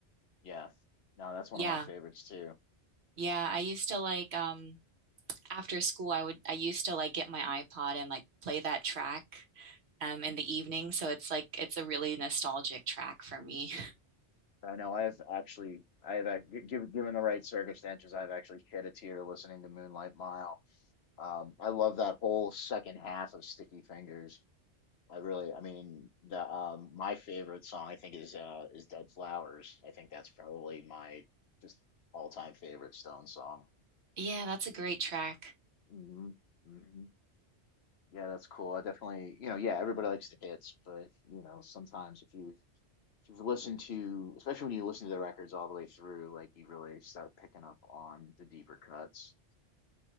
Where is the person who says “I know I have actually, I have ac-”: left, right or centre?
Left